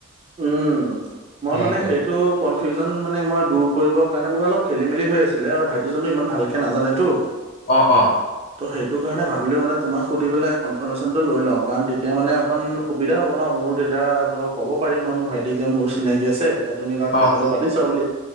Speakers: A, on the right; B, on the left.
A: উম, মই
B: সেইটোৱে
A: মানে সেইটো কনফিউজন মানে মই দূৰ কৰিবৰ কাৰণে মোৰ অলপ খেলি মেলি হৈ আছিলে আৰু ভাইট জনে ইমান ভালকে নাজানেতো,
B: অ', অ',
A: ত' সেই সটো কাৰণে ভাবিলো মানে তোমাক সুধি পেলাই কনফাৰ্মেশ্যনটো লৈ লওঁ কাৰণ তেতিয়া মানে অকণ সুবিধা হ'ব ন মোৰো তে এতিয়া ধৰক ক'ব পাৰিম মই মোৰ ভাইটিক যে মোৰ চিনাকি আছে তেতিয়া তুমি তাত
B: অ',
A: কথাটো পাতিছা বুলি।